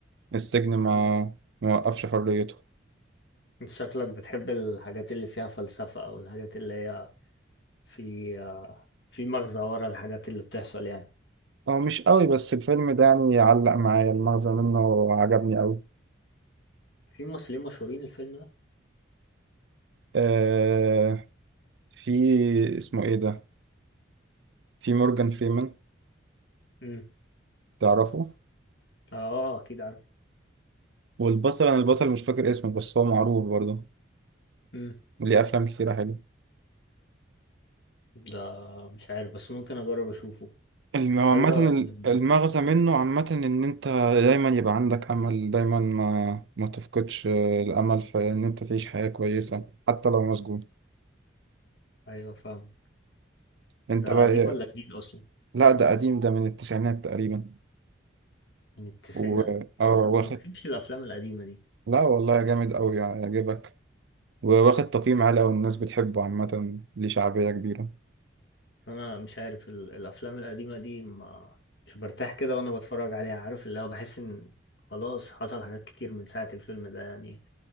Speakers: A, on the right; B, on the left.
A: السجن ما
B: مم.
A: ما وقفش حريته
B: انت شكلك بتحب الحاجات اللي فيها فلسفة او الحاجات اللي هي في آه، في مغزى ورا الحاجات اللي بتحصل يعني
A: هو مش قوي بس الفيلم ده يعني علق معايا المغزى منه عجبني قوي
B: في ممثلين مشهورين الفيلم ده
A: آه في اسمه ايه ده في مورجان فريمان
B: امم
A: تعرفه
B: اه اكيد عارف
A: والبطل انا البطل مش فاكر اسمه بس هو معروف برضه
B: امم
A: ليه افلام كتيرة حلوة
B: ده مش عارف بس ممكن اجرب اشوفه
A: الم- عامة
B: هل ده
A: ال-
B: من...
A: المغزى منه عامة إن أنت دايما يبقى عندك أمل دايما ما ما تفقدش آه، الأمل في إن أنت تعيش حياة كويسة حتى لو مسجون
B: ايوه فاهمه
A: أنت
B: ده
A: بقى
B: قديم ولا
A: إيه-
B: جديد اصلا
A: لا ده قديم ده من التسعينات تقريبا
B: من التسعينات
A: و آه
B: بس انا
A: واخد
B: ما بحبش الافلام القديمه دي
A: لا والله جامد أوي يعني يعجبك وواخد تقييم عالي أوي الناس بتحبه عامة ليه شعبية كبيرة
B: فانا مش عارف ال... الافلام القديمه دي ما مش برتاح كده وانا بتفرج عليها عارف اللي هو بحس ان خلاص حصل حاجات كتير من ساعه الفيلم ده يعني